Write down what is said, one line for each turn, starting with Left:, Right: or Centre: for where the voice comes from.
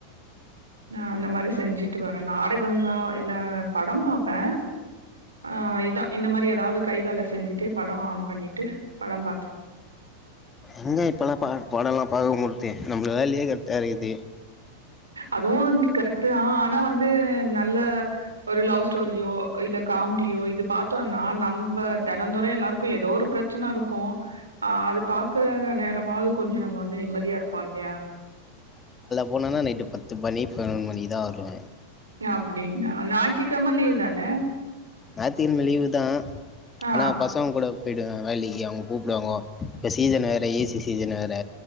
Right: நா அந்த மாரி செஞ்சுட்டு வரே நாடகங்க இல்ல படம் பாப்பேன் ஆ இதா இந்த மாரி ஏதாவது கை வேல செஞ்சுட்டே படோ ஆன் பண்ணிட்டு படம் பா
Left: எங்க இப்பல்லா பா பாடோல்லா பாக்க முர் தே நம்மளுக்கு வேலையே கரெக்டா இருக்குது
Right: அதுவும் கரெக்ட் தான் ஆனா வந்து நல்ல ஒரு லவ் ஸ்டோரியோ இல்ல காம்டியோ இது பாத்தோன்னா நம்ப தெனம் தோறம் எல்லாருக்கும் ஏதோ ஒரு பிரச்சன இருக்கும் ஆ அது பாக்குற நேரமாவது கொஞ்சம் நம்ம வந்து நிம்மதியா இருப்போம் இல்லையா
Left: போனன்னா நைட்டு பத்து மணி பதினோறு மணிக்குதா வருவ
Right: அப்டி ஞா ஞாயித்து கெழம லீவ் தான
Left: ஞாயித்து கெழம லீவு தா
Right: ஆ
Left: ஆனா பசங்க கூட பேய்டுவ வேலைக்கு அவங்க கூப்பிடுவாங்க இப்போ சீசன் வேற ஏசி சீசன் வேற